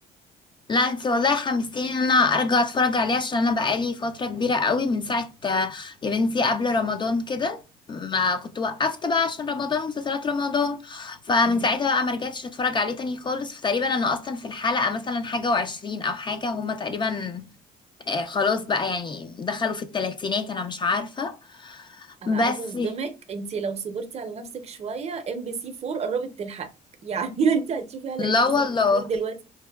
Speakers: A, on the left; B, on the right.
A: لا انت والله حمستيني ان انا ارجع اتفرج عليه عشان انا بقالي فتره كبيره قوي من ساعه آه، يا بنتي قبل رمضان كده ما كنت وقفت بقى عشان رمضان مسلسلات رمضان فمن
B: اه
A: ساعتها بقى ما رجعتش اتفرج عليه تاني خالص فتقريبا انا اصلا في الحلقه مثلا حاجه وعشرين او حاجه هما تقريبا آه، خلاص بقى يعني دخلوا في الثلاثينات انا مش عارفه
B: انا
A: بس
B: عايزه اصدمك انت لو صبرتي على نفسك شويه ام بي سي 4 قربت تلحقك يعني <laughs> انت هتشوفي على
A: لا
B: ام بي
A: والله
B: سي 4 دلوقتي